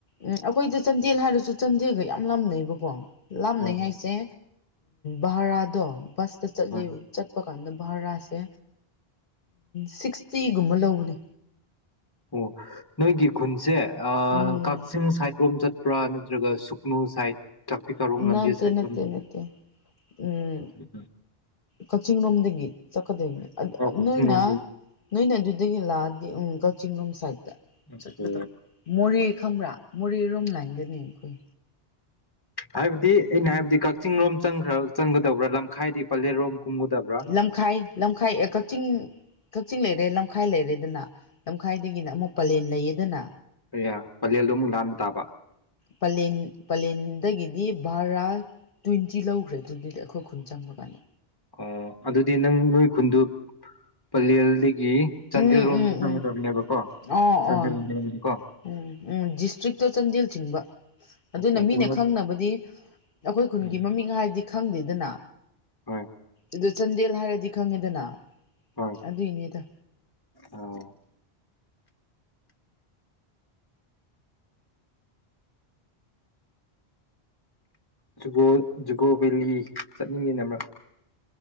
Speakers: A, on the left; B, on the left.
A: ꯎꯝ ꯑꯩꯈꯣꯏꯗ ꯆꯥꯟꯗꯦꯜ ꯍꯥꯏꯔꯁꯨ ꯆꯥꯟꯗꯦꯜꯒ ꯌꯥꯝ ꯂꯥꯅꯩꯕꯀꯣ ꯂꯥꯞꯅꯩ
B: ꯑꯣ
A: ꯍꯥꯏꯁꯦ ꯚꯥꯔꯥꯗꯣ ꯕꯁꯇ ꯆꯠꯂꯤ
B: ꯍꯣꯏ
A: ꯆꯠꯄ ꯀꯥꯟꯗ ꯚꯔꯥꯁꯦ ꯁꯤꯛꯁꯇꯤꯒꯨꯝꯕ ꯂꯧꯕꯅꯦ
B: ꯑꯣ ꯅꯣꯏꯒꯤ ꯈꯨꯟꯁꯦ
A: ꯎꯝ
B: ꯀꯛꯆꯤꯡ ꯁꯥꯏꯠꯔꯣꯝ ꯆꯠꯄ꯭ꯔꯥ ꯅꯠꯇ꯭ꯔꯒ ꯁꯨꯛ ꯅꯨ ꯁꯥꯏꯠ ꯇ꯭ꯔꯥꯐꯤꯛ ꯑꯔꯣꯝ ꯂꯝꯕꯤ
A: ꯅꯠꯇꯦ
B: ꯁꯥꯏꯇ
A: ꯅꯠꯇꯦ ꯅꯠꯇꯦ ꯎꯝ
B: <unintelligible>
A: ꯀꯛꯆꯤꯡ ꯂꯣꯝꯗꯒꯤ ꯆꯠꯀꯗꯣꯏꯅꯤ ꯑꯗꯣ
B: ꯑꯣ ꯀꯛꯆꯤꯡ
A: ꯅꯣꯏꯅ
B: ꯂꯣꯝꯗ
A: ꯅꯣꯏꯅ ꯑꯗꯨꯗꯒꯤ ꯂꯥꯛꯑꯗꯥ ꯎꯝ ꯀꯛꯆꯤꯡꯡꯂꯣꯝ ꯁꯥꯏꯗꯠꯇ
B: ꯑꯣꯀꯦ
A: ꯆꯠꯀꯗ ꯃꯣꯔꯦ ꯈꯪꯕ꯭ꯔꯥ ꯃꯣꯔꯦꯔꯣꯝ ꯂꯥꯏꯟꯗꯅꯦ ꯑꯩꯈꯣꯏ
B: ꯍꯥꯏꯕꯗꯤ ꯑꯩꯅ ꯍꯥꯏꯕꯗꯤ ꯀꯛꯆꯤꯡ ꯂꯣꯝ ꯆꯪꯈ꯭ꯔ ꯆꯪꯒꯗꯕ꯭ꯔꯥ ꯂꯝꯈꯥꯏꯗꯤ ꯄꯂꯦꯜꯔꯣꯝ ꯀꯨꯝꯒꯗꯕ꯭ꯔꯥ
A: ꯂꯝꯈꯥꯏ ꯂꯝꯈꯥꯏ ꯀꯛꯆꯤꯡ ꯀꯛꯆꯤꯡ ꯂꯩꯔꯦ ꯂꯝꯈꯥꯏ ꯂꯩꯔꯦꯗꯅ ꯂꯝꯈꯥꯏꯗꯒꯤꯅ ꯑꯃꯨꯛ ꯄꯂꯦꯟ ꯂꯩꯌꯦꯗꯅ
B: ꯍ ꯄꯂꯦꯜꯗꯨꯣ ꯑꯃꯨꯛ ꯂꯥꯟꯕ ꯇꯥꯕ
A: ꯄꯂꯦꯟ ꯄꯂꯦꯟꯗꯒꯤꯗꯤ ꯚꯔꯥ ꯇ꯭ꯋꯦꯟꯇꯤ ꯂꯧꯈ꯭ꯔꯦ ꯇ꯭ꯋꯦꯟꯇꯤꯗꯤ ꯑꯩꯈꯣꯏ ꯈꯨꯟ ꯆꯪꯕ ꯀꯥꯟꯗ
B: ꯑꯣ ꯑꯗꯨꯗꯤ ꯅꯪ ꯅꯣꯏ ꯈꯨꯟꯗꯨ ꯄꯂꯦꯜꯗꯒꯤ ꯆꯥꯟꯗꯦꯜ
A: ꯎꯝ
B: ꯂꯣꯝꯗ
A: ꯎꯝ
B: ꯆꯪꯒꯗꯕꯅꯦꯕꯀꯣ
A: ꯎꯝ ꯑꯣ
B: ꯆꯥꯟꯗꯦꯜ
A: ꯑꯣ
B: ꯂꯣꯝꯗꯅꯤꯀꯣ
A: ꯎꯝ ꯎꯝ ꯗꯤꯁꯇ꯭ꯔꯤꯛꯇ ꯆꯥꯟꯗꯦꯜ ꯆꯤꯡꯕ ꯑꯗꯨꯅ
B: ꯑꯣꯀꯦ
A: ꯃꯤꯅ
B: ꯀꯤꯂꯣꯃꯤꯠ
A: ꯈꯪꯅꯕꯗꯤ ꯑꯩꯈꯣꯏ ꯈꯨꯟꯒꯤ
B: ꯎꯝ
A: ꯃꯃꯤꯡ ꯍꯥꯏꯗꯤ ꯈꯪꯗꯦꯗꯅ
B: ꯍꯣꯏ
A: ꯑꯗ ꯆꯥꯟꯗꯦꯜ ꯍꯥꯏꯔꯗꯤ ꯈꯪꯉꯦꯗꯅ
B: ꯍꯣꯏ
A: ꯑꯗꯨꯏꯅꯦꯗ
B: ꯑꯣ ꯖꯨꯒꯣ ꯖꯨꯒꯣ ꯕꯦꯂꯤ ꯆꯠꯅꯤꯡꯉꯦꯅ ꯑꯃꯛ